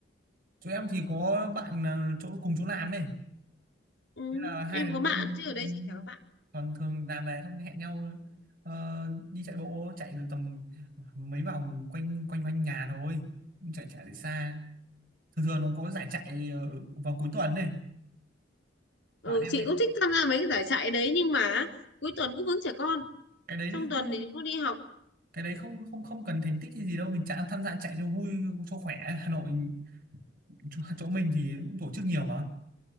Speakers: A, on the right; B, on the left.
A: chỗ em thì có bạn ờ, chỗ cùng chỗ làm ấy.
B: Ừ.
A: Thế là
B: Em
A: hai đứa
B: có bạn
A: cùng
B: chứ ở đây chị chả có bạn.
A: còn thường làm về xong hẹn nhau ờ, đi chạy bộ chạy được tầm mấy vòng quanh quanh quanh nhà thôi. Cũng chạy chạy được xa. thường thường nó có giải chạy ờ, vào cuối tuần này
B: ừ,
A: bạn em
B: chị
A: hay
B: cũng thích tham gia mấy cái giải chạy đấy nhưng mà cuối tuần cứ vướng trẻ con
A: cái đấy
B: trong tuần
A: không
B: thì chúng nó đi học
A: cái đấy không không không cần thành tích hay gì đâu mình chạy tham gia chạy cho vui cho khỏe Hà Nội chỗ, chỗ mình thì cũng tổ chức nhiều mà